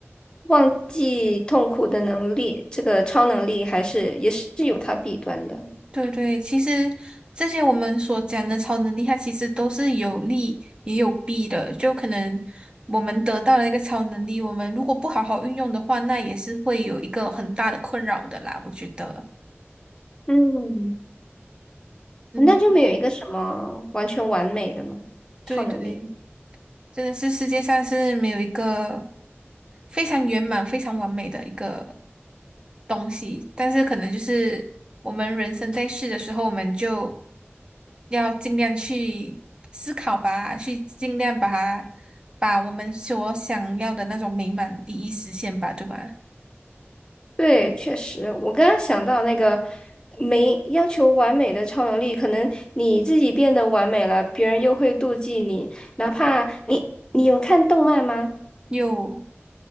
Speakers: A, on the left; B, on the right.
A: 忘记痛苦的能力，这个超能力还是也是有它弊端的。
B: 对对，其实这些我们所讲的超能力，它其实都是有利也有弊的。就可能我们得到了一个超能力，我们如果不好好运用的话，那也是会有一个很大的困扰的啦。我觉得，
A: 嗯，
B: 嗯，
A: 那就没有一个什么完全完美的嘛，
B: 对对。
A: 超能力。
B: 真的是世界上是没有一个非常圆满、非常完美的一个东西，但是可能就是我们人生在世的时候，我们就要尽量去思考吧，去尽量把它把我们所想要的那种美满第一实现吧，对吧？
A: 对，确实，我刚刚想到那个没要求完美的超能力，可能你自己变得完美了，别人又会妒忌你。哪怕你，你有看动漫吗？
B: 又